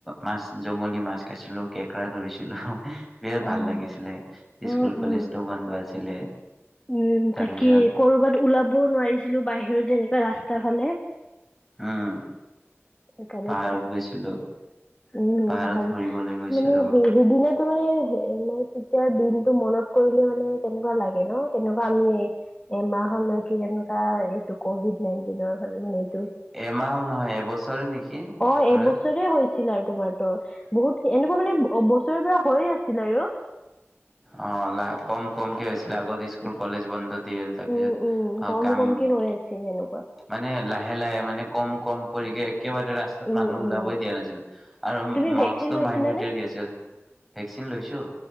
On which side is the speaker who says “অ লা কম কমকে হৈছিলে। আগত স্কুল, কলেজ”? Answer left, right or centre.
Centre